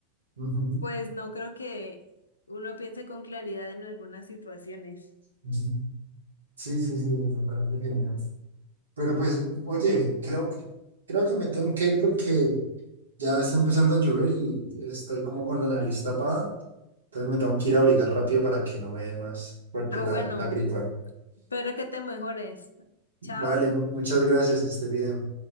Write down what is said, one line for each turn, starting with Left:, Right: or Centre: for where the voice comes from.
Right: Ujú,
Left: Pues no creo que uno piense con claridad en algunas situaciones.
Right: ujú. Sí, sí, sí, me parece genial. Pero pues, oye, creo que, creo que me tengo que ir porque ya está empezando a llover y estoy como con la nariz tapada. Entonces me tengo que ir a abrigar rápido para que no me dé más fuerte
Left: Ah, bueno,
Right: la, la gripa.
Left: espero que te mejores.
Right: Vale,
Left: Chao.
Right: mu- muchas gracias, que esté bien.